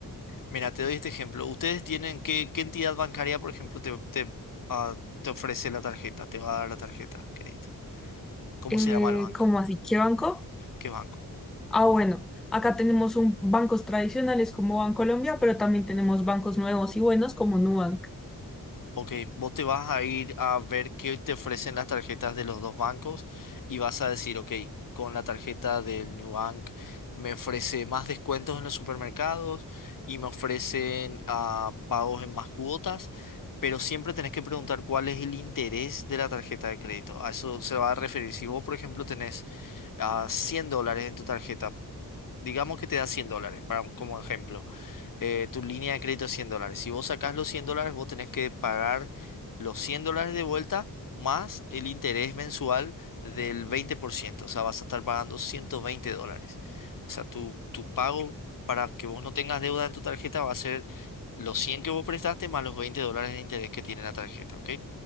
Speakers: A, on the left; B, in the centre.
A: Mira, te doy este ejemplo. ¿Ustedes tienen qué, qué entidad bancaria, por ejemplo, te, te, ah, te ofrece la tarjeta, te va a dar la tarjeta de crédito? ¿Cómo
B: Eh,
A: se llama el banco?
B: ¿cómo así? ¿Qué banco?
A: ¿Qué banco?
B: Ah, bueno, acá tenemos un, bancos tradicionales como Bancolombia, pero también tenemos bancos nuevos y buenos como Nubank.
A: Ok, vos te vas a ir a ver qué te ofrecen las tarjetas de los dos bancos y vas a decir, ok, con la tarjeta del New Bank me ofrece más descuentos en los supermercados y me ofrecen ah, pagos en más cuotas, pero siempre tenés que preguntar cuál es el interés de la tarjeta de crédito. A eso se va a referir. Si vos, por ejemplo, tenés a 100 dólares en tu tarjeta, Digamos que te da 100 dólares, para, un- como ejemplo. Eh, tu línea de crédito es 100 dólares. Si vos sacás los 100 dólares, vos tenés que pagar los 100 dólares de vuelta más el interés mensual del veinte por ciento O sea, vas a estar pagando 120 dólares. O sea, tu, tu pago para que vos no tengas deuda en tu tarjeta va a ser los 100 que vos prestaste más los 20 dólares de interés que tiene la tarjeta, ¿ok?